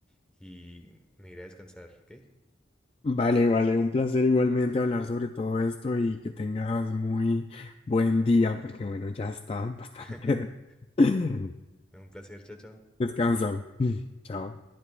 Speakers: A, in the centre; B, on the left.
A: y me iré a descansar, ¿ok?
B: Vale, vale, un placer igualmente hablar sobre todo esto y que tengas muy buen día, porque bueno, ya está bastante.
A: <laughs>
B: <laughs>
A: Un placer, chao, chao.
B: Descansa. <laughs> Chao.